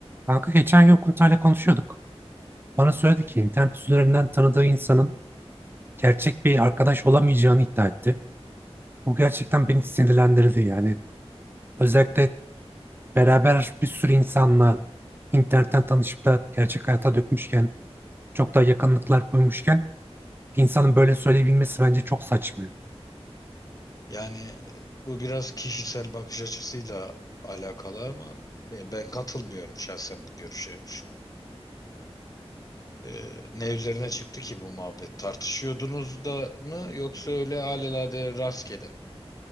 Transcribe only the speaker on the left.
Yani e, bu biraz kişisel bakış açısıyla alakalı ama e, ben katılmıyorum şahsen bu görüşe şu an. E, ne üzerine çıktı ki bu muhabbet? Tartışıyordunuz da mı yoksa öyle alelade rastgele?